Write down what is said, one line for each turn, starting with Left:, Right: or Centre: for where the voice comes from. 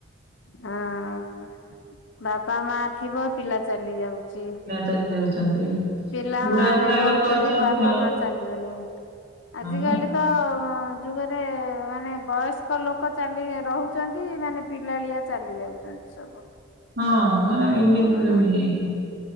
Left: ହଁ ଅ। ବାପା ମା ଥିବ ପିଲା ଚାଲି ଯାଉଛି।
Right: ଚାଲି ଯାଉଛନ୍ତି
Left: ପିଲାମାନେ
Right: ବୁଢା ବୁଢା
Left: ରହୁଛନ୍ତି
Right: ଲୋକ ଅଛନ୍ତି
Left: ବାପା
Right: ହଁ।
Left: ମା ଚାଲିିଗଲେ ଆଜିକାଲି
Right: ହଁ ବା
Left: ତ ଯୁଗରେ ମାନେ ବୟସ୍କ ଲୋକ ଚାଲି ରହୁଛନ୍ତି ମାନେ ପିଲାଳିଆ ଚାଲି ଯାଉଛନ୍ତି ସବୁ।
Right: ହଁ ମାନେ
Left: ଆଉ
Right: ଏମିତି
Left: କଣ
Right: ଦୁନିଆ ଇଏ।